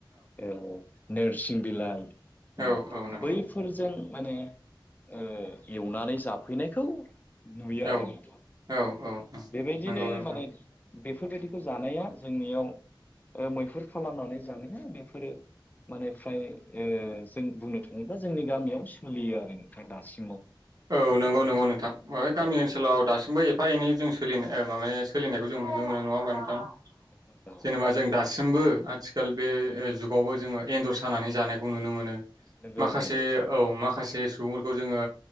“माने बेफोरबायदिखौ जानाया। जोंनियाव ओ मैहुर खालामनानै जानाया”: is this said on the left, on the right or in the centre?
Left